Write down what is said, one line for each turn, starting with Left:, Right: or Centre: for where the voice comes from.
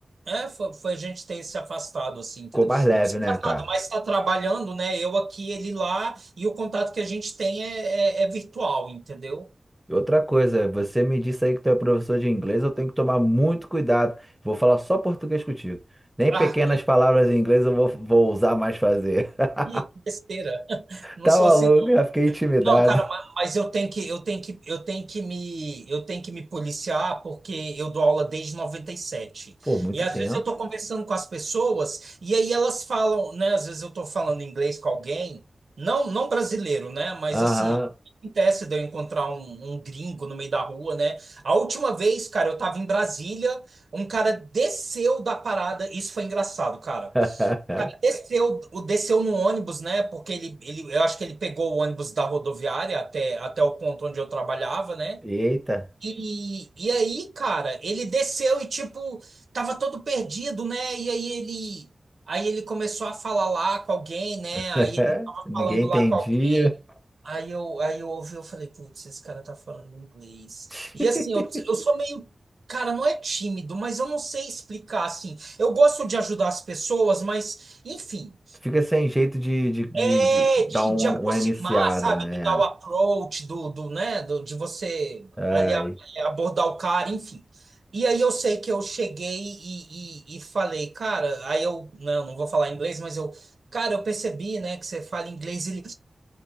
Right: É, foi, foi a gente ter se afastado, assim, entendeu?
Centre: Ficou mais leve,
Right: Não se
Centre: né,
Right: afastado,
Centre: cara?
Right: mas está trabalhando, né? Eu aqui, ele lá, e o contato que a gente tem é, é, é virtual, entendeu?
Centre: E outra coisa, você me disse aí que tu é professor de inglês, eu tenho que tomar muito cuidado. Vou falar só português contigo. Nem
Right: Ah,
Centre: pequenas palavras em inglês eu vou, vou usar mais fazer. <laughs>
Right: que, que besteira. <laughs> Não
Centre: Tá
Right: sou
Centre: maluco?
Right: assim,
Centre: Já fiquei intimidado.
Right: Não, cara, ma- mas eu tenho que, eu tenho que, eu tenho que me, eu tenho que me policiar porque eu dou aula desde 97. E
Centre: Pô,
Right: sete.
Centre: muito
Right: E às
Centre: tempo.
Right: vezes eu tô conversando com as pessoas e aí elas falam, né, às vezes eu tô falando inglês com alguém, não, não brasileiro, né, mas
Centre: Aham.
Right: assim, acontece de eu encontrar um, um gringo no meio da rua, né? A última vez, cara, eu tava em Brasília, um cara desceu da parada, isso foi engraçado, cara.
Centre: <laughs>
Right: Desceu, o- desceu no ônibus, né? Porque ele, ele, eu acho que ele pegou o ônibus da rodoviária até, até o ponto onde eu trabalhava, né?
Centre: Eita.
Right: E, e aí, cara, ele desceu e, tipo, tava todo perdido, né? E aí ele, aí ele começou a falar lá com alguém, né?
Centre: <laughs>
Right: Aí ele tava
Centre: Ninguém
Right: falando
Centre: entendia.
Right: lá com alguém. Aí eu, aí eu ouvi, eu falei, putz, esse cara tá falando inglês.
Centre: <laughs>
Right: E assim, eu, eu sou meio, cara, não é tímido, mas eu não sei explicar, assim. Eu gosto de ajudar as pessoas, mas, enfim.
Centre: Tu fica sem jeito de, de, de,
Right: É,
Centre: de dar
Right: de,
Centre: um-
Right: de aproximar,
Centre: uma iniciada,
Right: sabe?
Centre: né?
Right: De dar o approach, do, do, né? Do, de você
Centre: Ai.
Right: ali a- abordar o cara, enfim. E aí eu sei que eu cheguei e, e, e falei, cara, aí eu, né, eu não vou falar inglês, mas eu, cara, eu percebi, né, que você fala inglês, ele,